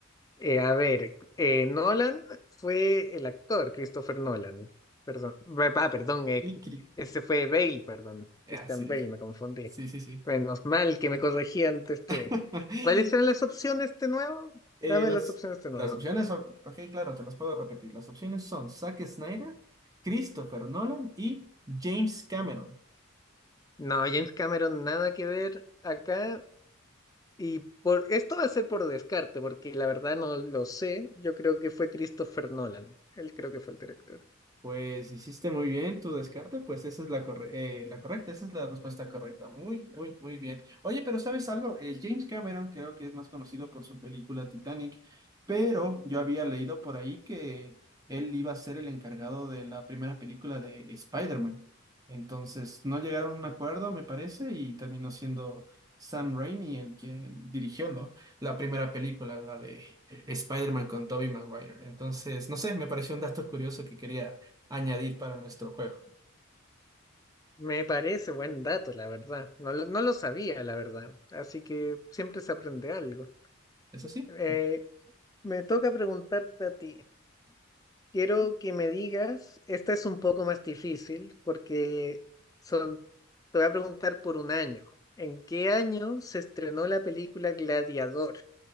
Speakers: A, on the left (about 15°); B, on the right (about 15°).
A: Eh, a ver, eh, Nolan fue el actor, Christopher Nolan. Perdón, va- va, perdón, eh,
B: Cri, cri.
A: ese fue Bale, perdón.
B: Ah,
A: Christian
B: sí,
A: Bale, me confundí.
B: sí, sí, sí.
A: Menos mal que me corregí antes este.
B: <laughs>
A: ¿Cuáles eran las opciones de nuevo?
B: Eh,
A: Dame
B: las,
A: las opciones de nuevo.
B: las opciones son, ok, claro, te las puedo repetir. Las opciones son Zack Snyder, Christopher Nolan y James Cameron.
A: No, James Cameron, nada que ver acá. Y por esto va a ser por descarte, porque la verdad no lo sé. Yo creo que fue Christopher Nolan. Él creo que fue el director.
B: Pues hiciste muy bien tu descarte, pues esa es la, corre- eh, la correcta, esa es la respuesta correcta. Muy, muy, muy bien. Oye, pero ¿sabes algo? Eh, James Cameron creo que es más conocido por su película Titanic, pero yo había leído por ahí que él iba a ser el encargado de la primera película de Spider-Man. Entonces, no llegaron a un acuerdo, me parece, y terminó siendo Sam Raimi el que dirigió, ¿no? La primera película, la de Spider-Man con Tobey Maguire. Entonces, no sé, me pareció un dato curioso que quería añadir para nuestro juego.
A: Me parece buen dato, la verdad. No, lo- no lo sabía, la verdad. Así que siempre se aprende algo.
B: ¿Es así?
A: Eh, me toca preguntarte a ti. Quiero que me digas, esta es un poco más difícil porque son, te voy a preguntar por un año. ¿En qué año se estrenó la película Gladiador?